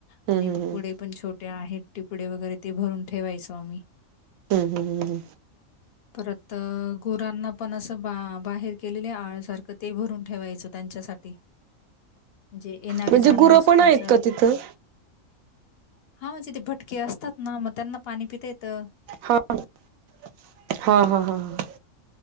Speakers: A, on the left; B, on the right.
A: आणि
B: हम्म हम्म
A: पुढे पण छोटे आहेत. टिपडे वगैरे ते भरून ठेवायचो आम्ही.
B: हम्म हम्म हम्म
A: परत अं पोरांना पण असं बा बाहेर केलेलं आणि सारखं ते भरून. ठेवायच त्यांच्यासाठी. म्हणजे येणारे
B: म्हणजे
A: जाणारे
B: गुरं पण आहेत
A: असं
B: का तिथं?
A: हा म्हणजे ते भट असतात ना मग त्यांना पाणी पिता येतं
B: हा हा हा हा ह <unintelligible>